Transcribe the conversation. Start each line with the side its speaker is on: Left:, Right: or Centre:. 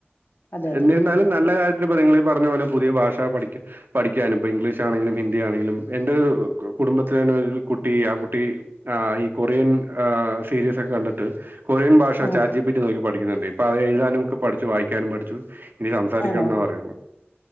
Left: അതെ അതെ
Right: എന്നിരുന്നാലും
Left: ഉം
Right: നല്ല കാര്യ ഇപ്പോ നിങ്ങളീ പറഞ്ഞ പോലെ പുതിയ ഭാഷ പഠിക്ക പഠിക്കാനും ഇപ്പ ഇംഗ്ലീഷ് ആണെലും ഹിന്ദി ആണെലും എന്റെ ഒരു കുടുംബത്തിലന്നെ ഒരു കുട്ടി ആ കുട്ടി ഈ കൊറിയൻ സീരീസ് ഒക്കെ കണ്ടിട്ട് ട്ട് കൊറിയൻ ഭാഷ
Left: ഉം
Right: ചാറ്റ് ജി പിറ്റി നോക്കി പടി പഠിക്കുന്നുണ്ട് ഇപ്പൊ അവൻ എഴുതാനും ഒക്കെ പഠിച്ചു വായിക്കാനും പഠിച്ചു. ഇനി സംസാരിക്കണെന്നാ
Left: ആണോ
Right: പറയണ